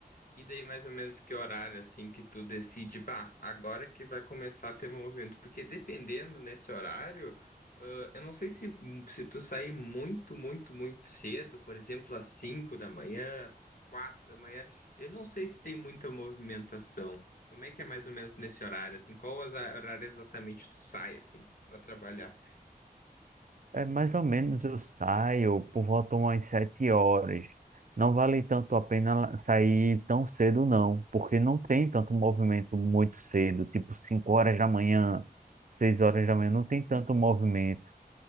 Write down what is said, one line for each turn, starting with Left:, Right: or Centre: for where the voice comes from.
Left: E daí mais ou menos que horário assim que tu decide, bah, agora que vai começar a ter movimento, porque dependendo nesse horário, ah, eu não sei se, se tu sair muito, muito, muito cedo, por exemplo, às 5 da manhã, às 4 da manhã, eu não sei se tem muita movimentação. Como é que é mais ou menos nesse horário, assim? Qual hosa- horário exatamente tu sai, assim, para trabalhar?
Right: É, mais ou menos eu saio por volta umas sete horas. Não vale tanto a pena sair tão cedo, não, porque não tem tanto movimento muito cedo, tipo 5 horas da manhã, 6 horas da
Left: Sim,
Right: manhã, não tem tanto movimento.